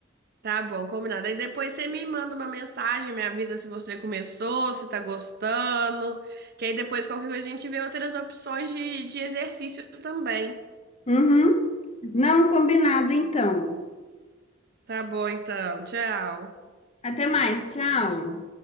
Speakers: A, on the right; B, on the left.
A: Tá bom, combinado. Aí depois você me manda uma mensagem, me avisa se você começou, se tá gostando. Que aí depois qualquer coisa a gente vê outras opções de, de exercício também.
B: Uhum. Não combinado, então.
A: Tá bom, então. Tchau.
B: Até mais. Tchau.